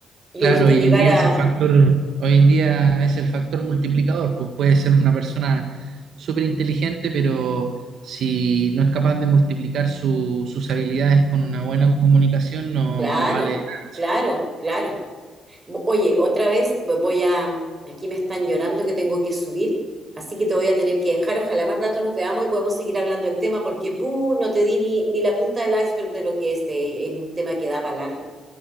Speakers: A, on the right; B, on the right.
A: Yo
B: Claro,
A: he visto
B: hoy
A: llegar
B: en día
A: a,
B: es el factor, hoy en día es el factor multiplicador, pues puede ser una persona súper inteligente, pero si no es capaz de multiplicar su- sus habilidades con una buena comunicación, no,
A: claro,
B: no vale nada
A: claro,
B: eso.
A: claro. Bo- Oye, otra vez voy a, aquí me están llorando que tengo que subir, así que te voy a tener que dejar. Ojalá más rato nos veamos y podemos seguir hablando del tema porque, puh, no te di ni, ni la punta del iceberg de lo que es, eh, es un tema que da para largo.